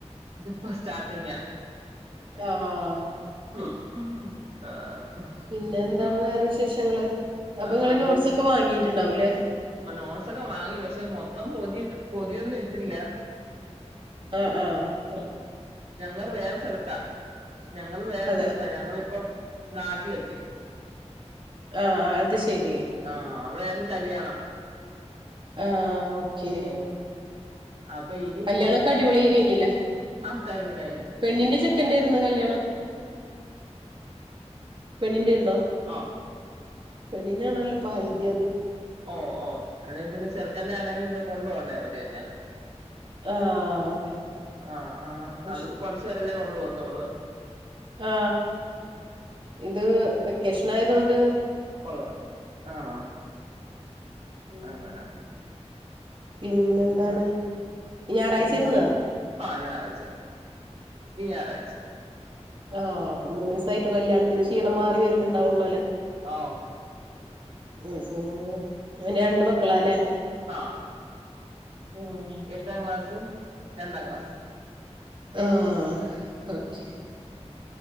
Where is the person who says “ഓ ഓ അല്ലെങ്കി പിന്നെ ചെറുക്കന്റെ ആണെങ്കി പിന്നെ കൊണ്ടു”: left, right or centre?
Right